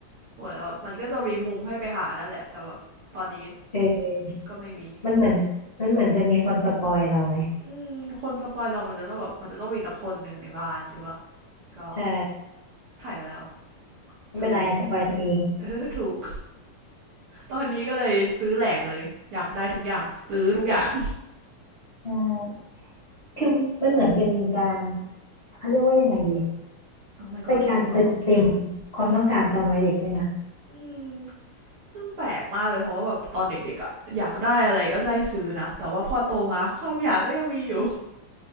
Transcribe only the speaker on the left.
เออ
มันเหมือนมันเหมือนจะมีคนสปอยเราไง
ใช่
ไม่เป็นไรสปอยตัวเอง
ใช่คือมันเหมือนเป็นการเขาเรียกว่ายังไงดี
เป็นการเติมเต็ม
ความต้องการตอนวัยเด็กเลยนะ